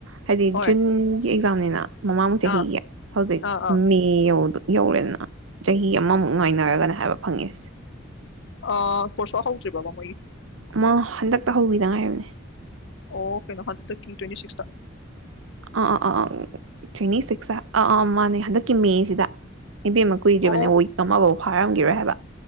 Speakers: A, on the right (about 75°); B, on the left (about 65°).
A: ꯍꯥꯏꯗꯤ
B: ꯍꯣꯏ
A: ꯖꯨꯟ ꯒꯤ ꯑꯦꯛꯖꯥꯝꯅꯤꯅ ꯃꯃꯥꯡ
B: ꯑꯥ
A: ꯆꯍꯤꯒꯤ ꯍꯧꯖꯤꯛ
B: ꯑꯥ ꯑꯥ
A: ꯃꯦ ꯌꯧꯗꫭ ꯌꯧꯔꯦꯅ ꯆꯍꯤ ꯑꯃꯃꯨꯛ ꯉꯥꯏꯅꯔꯒꯅ ꯍꯥꯏꯕ ꯐꯪꯉꯁꯦ꯫
B: ꯑ ꯀꯣꯔꯁꯣ ꯍꯧꯗ꯭ꯔꯤꯕꯕ ꯃꯣꯏꯒꯤ꯫
A: ꯃꯥ ꯍꯟꯗꯛꯇ ꯍꯧꯈꯤꯗ ꯉꯥꯏꯔꯕꯅꯦ꯫
B: ꯑꯣ ꯀꯩꯅꫭ ꯍꯟꯗꯛꯀꯤ ꯇ꯭ꯋꯦꯟꯇꯤ ꯁꯤꯛꯁꯇ꯫
A: ꯑꯥ-ꯑꯥꯥ-ꯑꯥ ꯑ ꯇ꯭ꯋꯦꯟꯇꯤ ꯁꯤꯛꯁ ꯑꯥ ꯑꯥ ꯃꯥꯥꯟꯅꯦ ꯍꯟꯗꯛꯀꯤ ꯃꯦꯁꯤꯗ꯫ ꯏꯕꯦꯝꯃ ꯀꯨꯏꯗ꯭ꯔꯤꯕꯅꯦ
B: ꯑꯣ
A: ꯋꯤꯛ ꯑꯃꯐꯧ ꯐꯥꯔꯝꯒꯤꯔꯣꯏ ꯍꯥꯏꯕ